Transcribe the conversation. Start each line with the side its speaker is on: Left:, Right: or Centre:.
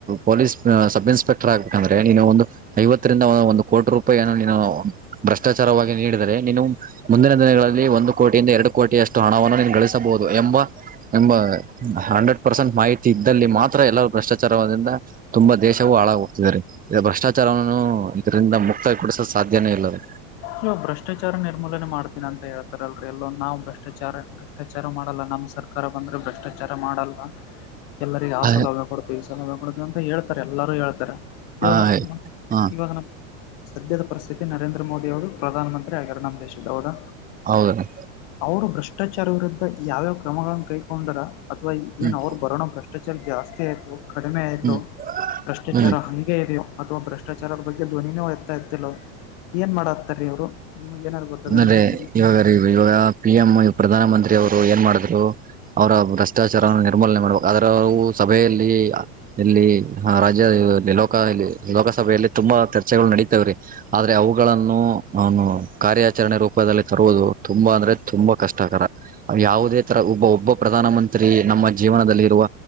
Right: ಪೊಲೀಸ್ ಸಬ್ ಇನ್ಸ್ಪೆಕ್ಟರ್ ಆಗ ಅಂದ್ರೆ ನೀನು ಒಂದು ಐವತ್ತರಿಂದ ಒಂದು ಕೋಟಿ ರೂಪಾಯಿ ಏನೋ ನೀನು ಭ್ರಷ್ಟಾಚಾರ <unintelligible> ನೀಡಿದರೆ ನೀನು ಮುಂದಿನ ದಿನಗಳಲ್ಲಿ ಒಂದು ಕೋಟಿಯಿಂದ ಎರಡು ಕೋಟಿಷ್ಟು ಹಣವನ್ನು ನೀ ಗಳಿಸಬಹುದು ಎಂಬ. ಎಂಬ ಹಂಡ್ರೆಡ್ ಪರ್ಸೆಂಟ್ ಮಾಹಿತಿ ಇದ್ದಲ್ಲಿ ಮಾತ್ರ ಎಲ್ಲ ಭ್ರಷ್ಟಾಚಾರಿಂದ ತುಂಬಾ ದೇಶವು ಹಾಳಾಗ ಹೋಗ್ತಿದ್ದಾರೆ ಭ್ರಷ್ಟಾಚಾರವನ್ನು ಇದರಿಂದ ಮುಕ್ತವಾಗಿ ಕೊಡಿಸಲು ಸಾಧ್ಯನೇ ಇಲ್ಲದೆ.
Left: ಇಯೋ ಭ್ರಷ್ಟಾಚ ನಿರ್ಮೂಲನೆ ಮಾಡ್ತೀನ ಅಂತ ಹೇಳ್ತಾರಲ್ರಿ ಎಲ್ಲೋ ನಾವು ಭ್ರಷ್ಟಾಚಾರ ಭ್ರಷ್ಟಾಾರ ಮಾಡಲ್ಲ ನಮ್ ಸರ್ಕಾರ ಬಂದ್ರೆ ಭ್ರಷ್ಟಾಚಾರ ಮಾಡಲ್ವಾ ಎಲ್ಲರಿಗೆ ಆ
Right: ಹ
Left: ಸೌಲಭ್ಯ ಕೊಡ್ತವಿ ಈ ಸೌಲಭ್ಯ ಕೊಡ್ತವಿ ಅಂತ ಹೇಳ್ತಾರೆ ಎಲ್ಲರೂ ಹೇಳ್ತಾರೆ.
Right: ಹ
Left: ಇವಾಗ
Right: ಹಾ
Left: ಇವಾಗ ನಮ್ಮ ಸದ್ಯದ ಪರಿಸ್ಥಿತಿ ನರೇಂದ್ರ ಮೋದಿ ಅವರು ಪ್ರಧಾನ ಮಂತ್ರಿ ಆಗ್ಯಾರ ನಮ್ ದೇಶದ ಹೌದಾ.
Right: ಹೌದು ನ
Left: ಅವರು ಭ್ರಷ್ಟಾಚಾರ ವಿರುದ್ಧ ಯಾವ್ಯಾವ ಕ್ರಮಗಳನ್ನು ಕೈಕೊಂಡರ ಅಥವಾ
Right: ಹ್ಮ್
Left: ಏನ್ ಅವ್ರು ಬರಣ ಭ್ರಷ್ಟಾಚ ಜಾಸ್ತಿ ಆಯ್ತು ಕಡಿಮೆ ಆಯ್ತು
Right: ಹ್ಮ್
Left: ಭ್ರಷ್ಟಾಚಾರ
Right: ಹ್ಮ್
Left: ಹಂಗೆ ಇದೆಹೊ ಅಥವಾ ಭ್ರಷ್ಟಾಚಾರದ ಬಗ್ಗೆ ಧ್ವನಿ ನೆ ಹೊಟ್ಟ ಎತ್ತಿ ಲ್ಲೊ ಏನ್ ಮಾಡತಾರ ರೀ ಅವ್ರು. ನಿಮ್ಗ್ ಏನಾರು ಗೊತ್ತದೇನ್ರಿ
Right: ಇಲ್ಲಲೇ
Left: ಅದ್ರ ಬಗ್ಗೆ
Right: ಇವಾಗ ಇವಾಗ ಪಿ ಎಂ ಪ್ರಧಾನ ಮಂತ್ರಿ ಅವರು ಏನ್ ಮಾಡಿದ್ರು. ಅವರ ಭ್ರಷ್ಟಾಚಾರವನ್ನು ನಿರ್ಮೂಲನೆ ಮಾಡ್ಬೇಕು ಅದರೂ ಸಭೆಯಲ್ಲಿ ಎಲ್ಲಿ ರಾಜ್ಯ. <unintelligible> ಲೋಕಸಭೆಯಲ್ಲಿ ತುಂಬಾ ಚರ್ಚೆಗಳು ನಡೀತವ್ರಿ ಆದ್ರೆ ಅವುಗಳನ್ನು ಅವನು. ಕಾರ್ಯಾಚರಣೆ ರೂಪದಲ್ಲಿ ತರುವುದು ತುಂಬಾ ಅಂದ್ರೆ ತುಂಬಾ ಕಷ್ಟಕರ. ಯಾವುದೇ ತರ ಒಬ್ಬ ಒಬ್ಬ ಪ್ರಧಾನ ಮಂತ್ರಿ ನಮ್ಮ ಜೀವನದಲ್ಲಿ ಇರುವ